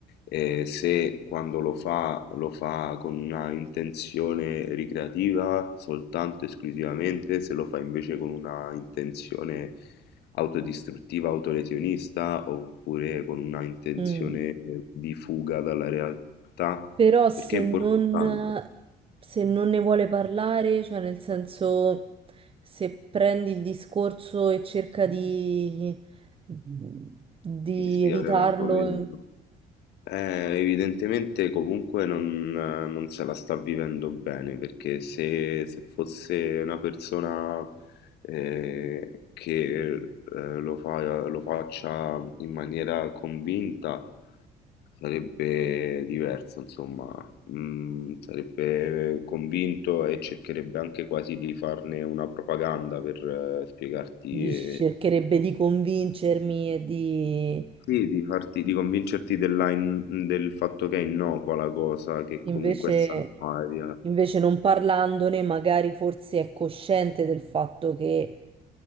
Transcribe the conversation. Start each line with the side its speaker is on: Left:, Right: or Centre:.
Left: e se quando lo fa lo fa con una intenzione ricreativa soltanto esclusivamente, se lo fa invece con una intenzione autodistruttiva, autolesionista, oppure con una intenzione
Right: Mm.
Left: eh, di fuga dalla realtà,
Right: Però se
Left: perché è importante
Right: non, se non ne vuole parlare, cioè nel senso se prendi il discorso e cerca di, di
Left: di spiegare
Right: evitarlo,
Left: l'argomento. Eh, evidentemente comunque non, non se la sta vivendo bene perché se, se fosse una persona eh, che eh, lo fa- lo faccia in maniera convinta sarebbe diverso, insomma, Mm, sarebbe convinto e cercherebbe anche quasi di farne una propaganda per eh, spiegarti
Right: di- cercherebbe di convincermi e di
Left: Sì, di farti, di convincerti della in- del fatto che è innocua la cosa, che
Right: invece,
Left: comunque è salvaria.
Right: invece non parlandone, magari forse è cosciente del fatto che,